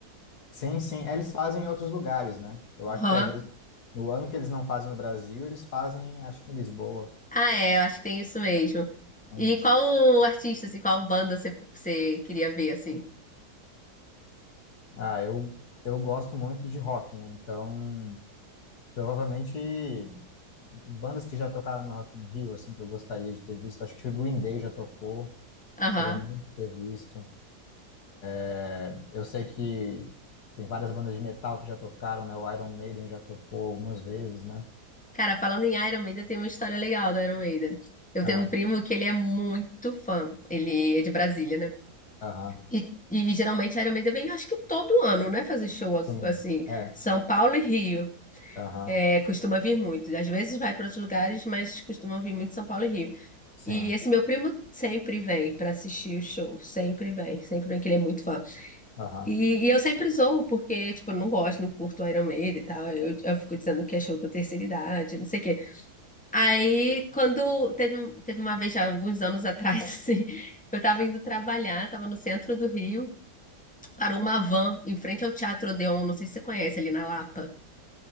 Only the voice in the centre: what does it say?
Aham.
Ah, é, eu acho que tem isso mesmo.
E
qual artista, assim, qual banda você, você queria ver, assim?
Aham.
Cara, falando em Iron Maiden, tem uma história legal do Iron Maiden. Eu
tenho um primo que ele é muito fã. Ele é de Brasília, né?
E, e geralmente Iron Maiden vem, acho que todo ano, né? Fazer show ag-
assim.
São Paulo e Rio.
É, costuma vir muito. Às vezes vai para outros lugares, mas costuma vir muito São Paulo e Rio.
E esse meu primo sempre vem para assistir o show. Sempre vem. Sempre vem, que ele é muito fã.
E, e eu sempre zoo, porque, tipo, eu não gosto, não curto Iron Maiden e tal. Eu, eu fico dizendo que é show da terceira idade, não sei o quê. Aí, quando teve, um- teve uma vez, já alguns anos atrás, <laughs> assim, eu tava indo trabalhar, tava no centro do Rio, parou uma van em frente ao Teatro Odeon, não sei se você conhece, ali na Lapa.